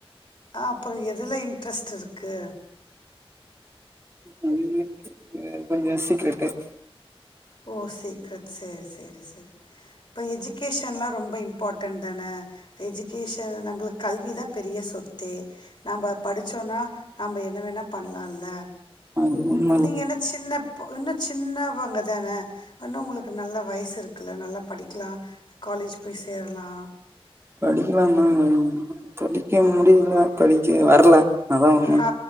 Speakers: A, on the left (about 50°); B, on the right (about 25°).
A: அப்ப எதுல இன்ட்ரஸ்ட் இருக்கு
B: இன்னிமேல் கொஞ்சோ சீக்ரெட்டு்
A: ஓ சீக்ரெட் சேர் செரி செரி இப்ப எஜிகேஷன்லா ரொம்ப இம்பார்ட்டன்ட் தான எஜிகேஷன் நம்பளுக் கல்வி தா பெரிய சொத்தே நம்ப படிச்சோனா நம்ம என்ன வேணா பண்ணலால
B: அது உண்ம
A: நீங்கென்ன சின்னப் இப்போ இன்னு சின்னவங்க தான இன்னு உங்களுக்கு நல்ல வயசு இருக்குல நல்லா படிக்லா காலேஜ் போய் சேரலா
B: படிக்கலான்னு தாங்க இருந்த படிக்க முடியல படிக்க வரல அதான் உண்மை
A: ஆ